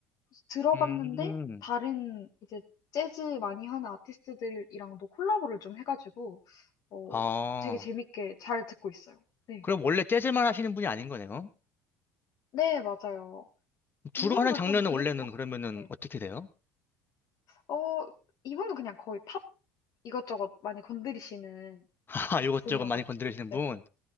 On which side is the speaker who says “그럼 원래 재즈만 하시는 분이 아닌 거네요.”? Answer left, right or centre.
Left